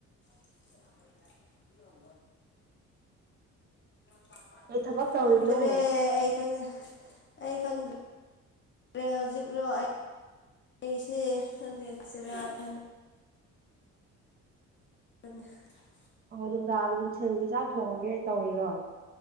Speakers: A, on the left; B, on the right.
A: <unintelligible> ꯌꯝ ꯆꯥꯎꯅ ꯄꯥꯟꯕ
B: ꯀꯩ
A: ꯃꯥꯟꯗ꯭ꯔꯣ
B: ꯊꯕꯛ ꯇꯧꯔꯤꯅꯣ
A: ꯈꯪꯗ꯭ꯔꯦ ꯑꯩ ꯈꯪꯗꯦ ꯑꯩ ꯈꯪꯗ꯭ꯔꯦ ꯔꯦ ꯍꯧꯖꯤꯛꯔꯣ ꯑꯩ ꯑꯩꯁꯦ ꯈꯪꯗꯦ ꯆꯦꯔꯥ ꯈꯟ <unintelligible>
B: ꯑꯣ ꯅꯨꯡꯗꯥꯡꯗ ꯅꯨꯡꯊꯦꯜꯒꯤ ꯆꯥꯛ ꯊꯣꯡꯉꯒꯦ ꯇꯧꯔꯤꯔꯣ